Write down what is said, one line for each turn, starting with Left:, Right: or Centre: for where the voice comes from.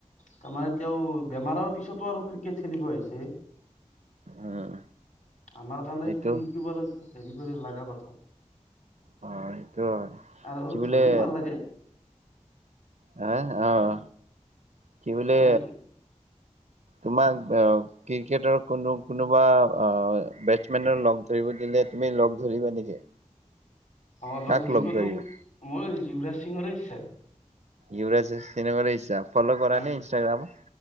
Left: তাৰমানে তেওঁ বেমাৰৰ পিছতো আৰু ক্ৰিকেট খেলিব আহি আহিছে।
Right: উম
Left: আমাৰ কাৰণে
Right: সেইটো
Left: তো শিকিব লা। হেৰি কৰি লগা কথা।
Right: অ এইটো হয়
Left: আৰু
Right: কি বুলিলে
Left: ধনীও ভাল লাগে
Right: হ। আহ কি বোলে?
Left: এনে
Right: তোমাক ক্ৰিকেটৰ কোনো কোনোবা বেটছমেনৰ লগ ধৰিব দিলে তুমি লগ ধৰিবা নেকি?
Left: অঁ লগ
Right: কাক
Left: ধৰিবতো
Right: ধৰিবা?
Left: মোৰ যৱৰাজ সিঙৰে ইচ্ছা
Right: ইৱৰাজ চিনেম ল ইচ্ছা ফ'ল' কৰা
Left: আহ
Right: নে ইনষ্টাগ্ৰামত